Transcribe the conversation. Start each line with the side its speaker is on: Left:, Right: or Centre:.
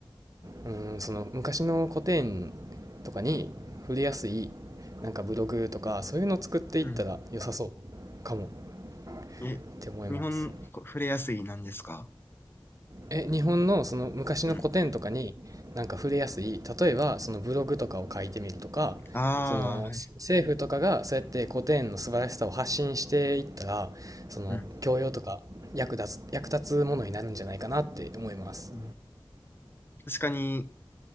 Right: うーんその昔の古典とかに触れやすいなんかブログとかそういうのを作っていったら良さそう
Left: うん。
Right: かも
Left: え、
Right: って思います
Left: 日本、こ触れやすいなんですか
Right: え日本のその昔の古典とかになんか触れやすい例えばそのブログとかを書いてみるとかその政府とかがそうやって古典の素晴らしさを発信していったらその教養とか役立つ役立つものになるんじゃないかなって思います。
Left: うん。ああ、はい。うん。うん。確かに、